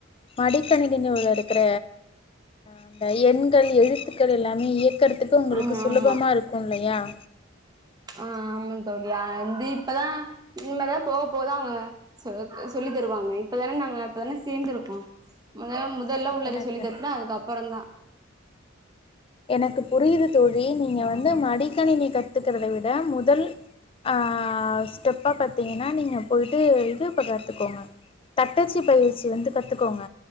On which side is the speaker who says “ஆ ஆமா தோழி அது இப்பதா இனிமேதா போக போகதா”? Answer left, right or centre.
Right